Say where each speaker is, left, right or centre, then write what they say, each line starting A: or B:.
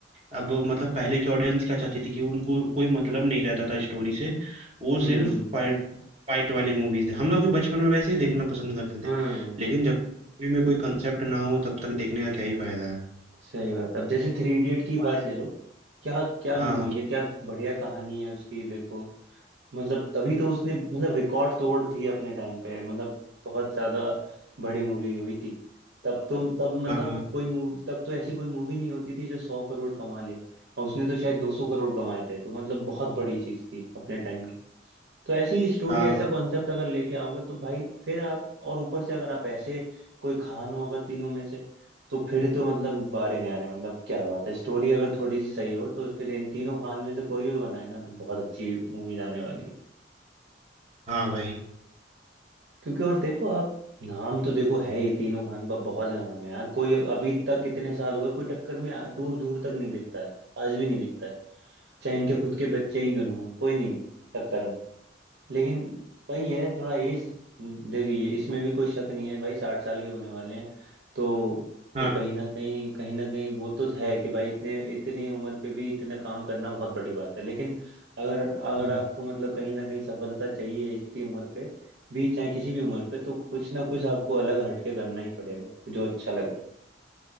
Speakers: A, on the right; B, on the right.
A: अब मतलब पहले की ऑडियंस क्या चाहती थी कि उनको कोई मतलब नहीं रहता था स्टोरी से वो
B: हम्म
A: सिर्फ फाइट फाइट वाली मूवीज हम लोग भी बचपन में वैसे ही देखना पसंद करते
B: हाँ
A: थे लेकिन जब मूवी में कोई कंसेप्ट ना हो तब तक देखने का क्या ही फायदा है
B: सही बात अब जैसे थ्री इडियट की
A: और-
B: बात ले लो क्या क्या
A: हाँ
B: मूवी
A: हाँ
B: है क्या बढ़िया कहानी है उसकी देखो मतलब तभी तो उसने मतलब रिकॉर्ड तोड़ थी अपने टाइम पे मतलब बहुत ज्यादा बड़ी मूवी हुई थी तब तो तब मतलब
A: हाँ
B: कोई मूव तब तो ऐसी कोई मूवी नहीं होती थी जो सौ करोड़ कमा ले और उसने तो शायद दो सौ करोड़ कमाए थे तो मतलब बहुत बड़ी चीज थी अपने टाइम की तो ऐसी स्टोरी
A: हाँ
B: ऐसा कॉन्सेप्ट अगर लेके आओगे तो भाई फिर आप और ऊपर से अगर आप ऐसे कोई खान हो अगर तीनों में से तो फिर तो मतलब बारे नहीं आ रहे मतलब क्या बात है स्टोरी अगर थोड़ी सी सही हो तो फिर इन तीनों खान में से कोई भी बनाए ना तो बहुत अच्छी मूवी आने वाली है
A: हाँ भाई
B: क्योंकि और देखो आप नाम तो देखो है ही तीनों खान का बहुत नाम है यार कोई अभी तक इतने साल हो गए कोई टक्कर में दूर दूर तक नहीं दिखता है आज भी नहीं दिखता है चाहे इनके खुद के बच्चे ही क्यों ना हो कोई नहीं है टक्कर में लेकिन वही है थोड़ा एज देखिए इसमें भी कोई शक नहीं है भाई साठ साल के होने वाले हैं तो
A: हाँ
B: तो कहीं ना कहीं कहीं ना कहीं वो तो है कि भाई इतने इतनी उम्र पे भी इतना काम करना बहुत बड़ी बात है लेकिन अगर अगर
A: हम्म,
B: आपको मतलब कहीं ना कहीं सफलता चाहिए इतनी उम्र पे भी चाहे किसी भी उम्र पे तो कुछ ना कुछ आपको अलग हटके करना ही पड़ेगा जो अच्छा लगे